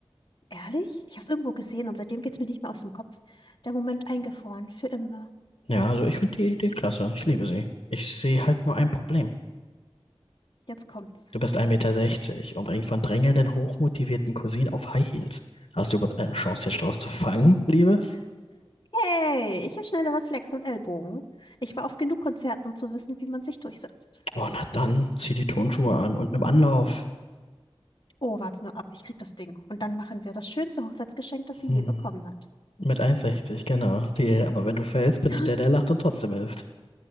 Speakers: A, on the left (about 50°); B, on the left (about 70°).
A: Ehrlich? Ich habe es irgendwo gesehen und seitdem geht's mir nicht mehr aus dem Kopf. Der Moment eingefroren, für immer.
B: Ja, also ich finde die Idee klasse. Ich liebe sie. Ich sehe halt nur ein Problem.
A: Jetzt kommt's.
B: Du bist 1,60 Meter, sechzig, umringt von drängelnden, hochmotivierten Cousinen auf High Heels. Hast du überhaupt eine Chance, den Strauß zu fangen, Liebes?
A: Hey, ich habe schnelle Reflexe und Ellbogen. Ich war auf genug Konzerten, um zu wissen, wie man sich durchsetzt.
B: Oh, na dann, zieh die Tonschuhe an und nimm Anlauf.
A: Oh, wart's nur ab, ich krieg das Ding. Und dann machen wir das schönste Hochzeitsgeschenk, das sie
B: Hm.
A: je bekommen hat.
B: Mit 1,60, genau. Die, aber wenn du fällst, bin
A: <gasps>
B: ich der, der lacht und trotzdem hilft.